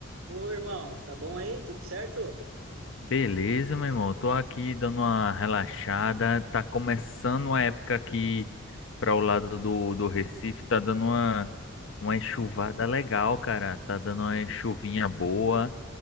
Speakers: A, on the right (about 75°); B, on the left (about 65°).
A: Ô, irmão, tá bom aí? Tudo certo?
B: Beleza, meu irmão. Tô aqui dando uma relaxada. Tá começando a época aqui para o lado do, do Recife. Tá dando uma, uma enxuvada legal, cara. Tá dando uma chuvinha boa.